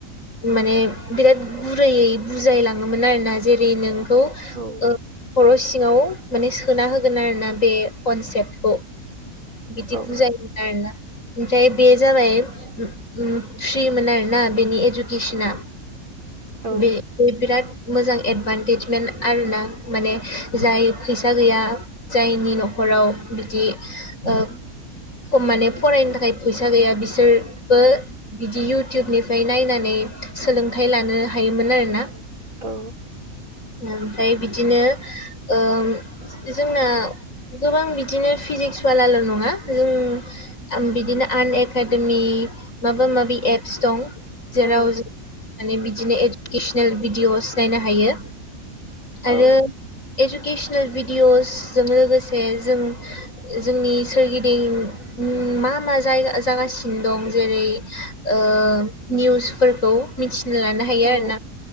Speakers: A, on the left; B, on the right.
A: माने बिराद गुरैयै बुजायलाङोमोन आरोना जेरै नोंखौ
B: औ
A: ओ खर' सिङाव माने सोना होगोन आरोना बे कनसेप्टखौ। बिदि
B: औ
A: बुजायोमोन आरोना। ओमफ्राय बे जाबाय उम उम फ्रिमोन आरोना बेनि इडुकेसना।
B: औ
A: बे बे बिराद मोजां एदभान्टेजमेन्ट आरोना माने जाय फैसा गैया। जायनि न'खराव बिदि ओ खम माने फरायनो थाखाय फैसा गैया बिसोरबो बिदि इउटुइबनिफ्राय नायनानै सोलोंथाइ लानो हायोमोन आरोना।
B: औ
A: ओमफ्राय बिदिनो ओम जोंना गोबां बिदिनो फिजिक्स बलाल' नङा जों ओम बिदिनो आन एकाडेमि माबा माबि एप्स दं। जेराव
B: औ
A: जों माने बिदिनो इडुकेसनेल भिडिअस नायनो हायो। आरो
B: औ
A: इडुकेसनेल भिडिअसजों लोगोसे जों जोंनि सोरगिदिं मा मा जायगा जागासिनो दं जेरै ओ निउसफोरखौ मिथिना लानो हायो
B: औ
A: आरोना।